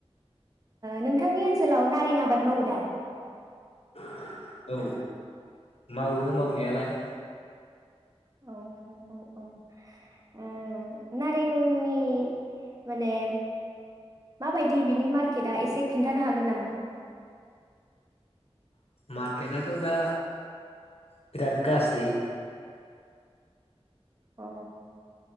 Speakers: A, on the right (about 35°); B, on the left (about 70°).
A: नोंथांनि ओनसोलाव नारें आबाद मावो दा?
B: <inaudible> औ मावो मावनायालाय।
A: औ औ औ ओ नारेंनि माने माबायदि बिनि मार्केटआ एसे खिन्थानो हागोन नामा?
B: मार्केटआथ' दा बिराद गाज्रि।
A: अ